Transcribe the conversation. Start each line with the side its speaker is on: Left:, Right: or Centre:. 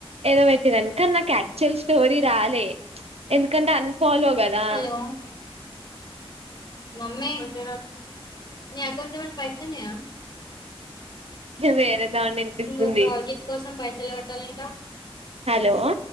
Right: ఏదో పెట్టి కానీ నాకు యాక్చువల్ స్టోరీ రాలే ఎందుకంటే అ ఫాలోగదా
Left: హలో మమ్మీ నీ ఎకౌంట్ లో కూడా పైసలు ఉన్నయా
Right: వేరే దాన్ని వినిపిస్తుంది
Left: ఇంకో ప్రాజెక్ట్ కోసం పైసలు కట్టాలంటా
Right: హలో